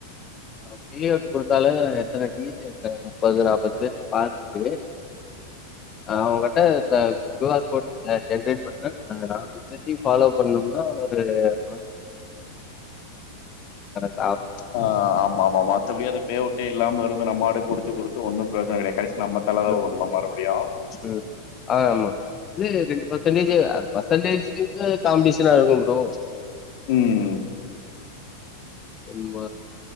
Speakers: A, on the left (about 25°); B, on the left (about 50°).
A: அவ் ப்ரீயா விட்டு கொடுத்தாலே எத்தன டீசி எத்தன நுப்பது நாப்பது பேத்த பாத்துட்டு அவுங்கட்ட இப்பப் கியூஆர் கோடு ஆ ஜென்ரேட் பண்ணு ஆ நாற்பது பேத்தையும் ஃபாலோ பண்ணும்னா ஒரு <unintelligible> கணக்
B: ஆ ஆமா ஆமமா மத்தபடி அந்த பேஅவுட்டே இல்லாம இது வந்து நம்மாடுக் கொடுத்து கொடுத்து ஒன்னும் பிரோஜன கடைக் கடைஸ் நம்ம தல தா
A: ம்
B: உருளு மறுபுடியு
A: ம் ஆமா இது ரெண்டு பேர்சன்டேஜ் ஆ பேர்சன்டேஜ்லியும் காம்டிஷன்னா இருக்கும் புரோ
B: உம்
A: நம்ம